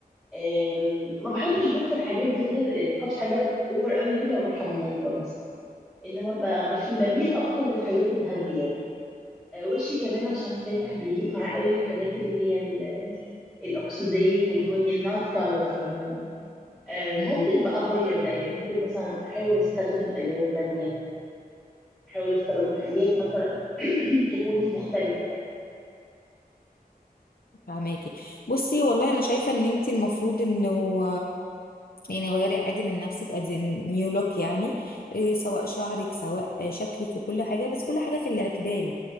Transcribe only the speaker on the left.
امم
فهماكي بصي والله انا شايفه ان انت المفروض انه يعني غيري عادي من نفسك ادي نيو لوك يعني إيه سواء شعرك سواء آه، شكلك وكل حاجة بس كل حاجة في الاعتدال